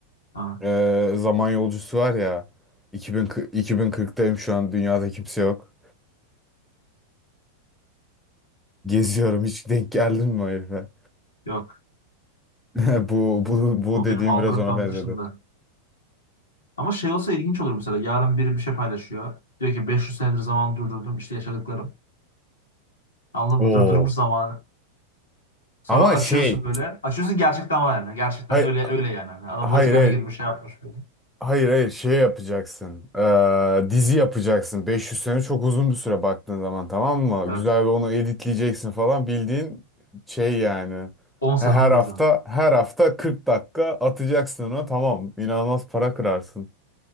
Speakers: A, on the left; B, in the centre.
A: Ha,
B: e, zaman yolcusu var ya 2040, 2040'tayım şu an dünyada kimse yok. Geziyorum hiç denk geldin mi o herife?
A: yok.
B: <laughs> Bu, bu, bu
A: O
B: dediğim
A: benim algoritmam
B: biraz ona benzedi.
A: dışında. Ama şey olsa ilginç olur mesela. Yarın biri bir şey paylaşıyor. Diyor ki 500 senedir zaman durdurdum. İşte yaşadıklarım. Anladın
B: Oo.
A: mı? Durdurmuş zamanı. Sonra
B: Ama
A: açıyorsun
B: şey
A: böyle. Açıyorsun gerçekten var yani. Gerçekten
B: hayır,
A: öyle öyle yani. Hani Adam
B: hayır
A: Vatikan'a
B: hayır.
A: girmiş şey yapmış böyle.
B: Hayır hayır şey yapacaksın. Ee, dizi yapacaksın. 500 sene çok uzun bir süre baktığın zaman tamam mı?
A: Evet.
B: Güzel bir onu editleyeceksin falan. Bildiğin şey yani.
A: on sezon
B: He, Her hafta
A: dizi.
B: her hafta 40 dakika atacaksın ona tamam. İnanılmaz para kırarsın.